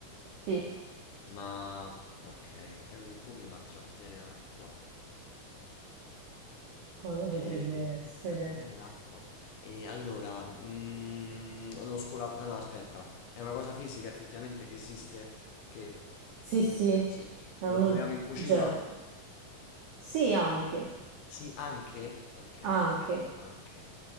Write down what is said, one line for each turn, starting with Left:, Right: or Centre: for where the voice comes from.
Right: Sì,
Left: Ma ok, è pieno di buchi, ma trattiene l'acqua.
Right: cosa
Left: E
Right: potrebbe essere?
Left: trattiene l'acqua. E allora, mm, lo scola... ah, No, aspetta, è una cosa fisica effettivamente che esiste? Che
Right: Sì,
Left: esiste?
Right: sì,
Left: Sì.
Right: è
Left: Lo
Right: un
Left: troviamo in cucina?
Right: oggetto. Sì, anche,
Left: Sì, anche? Ok,
Right: anche.
Left: anche.